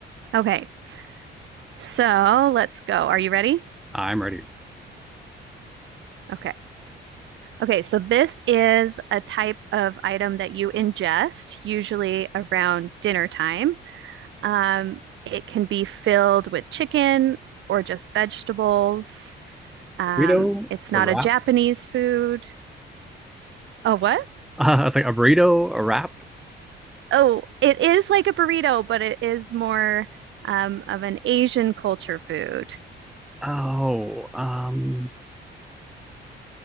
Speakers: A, on the right (about 75°); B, in the centre.
A: Okay. So, let's go. Are you ready?
B: I'm ready.
A: Okay. Okay, so this is a type of item that you ingest, usually around dinner time. Um, it can be filled with chicken or just vegetables. Um,
B: Burrito,
A: it's not
B: a wrap?
A: a Japanese
B: <laughs>
A: food. Oh, what?
B: Uh, it's like a burrito, a wrap.
A: Oh, it is like a burrito, but it is more um, of an Asian culture food.
B: Oh, um,